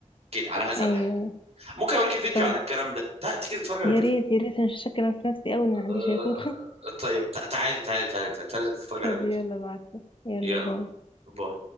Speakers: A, on the right (about 55°); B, on the left (about 40°).
A: كده على هذا
B: ايوه
A: الحال
B: ايوه.
A: ممكن اوريك فيديو
B: طب
A: عن الكلام ده تع- تيجي نتفرج على
B: يا
A: فيديو
B: ريت يا ريت انا مش شاكه في نفسي قوي ان
A: آه...
B: انا عندي شيخوخة <laughs>
A: طيب تع- تعالي تعالي تعالي تعالي تعالي نتفرج على
B: طب
A: فيديو
B: يلا بعتلي يلا
A: يلا
B: باي
A: باي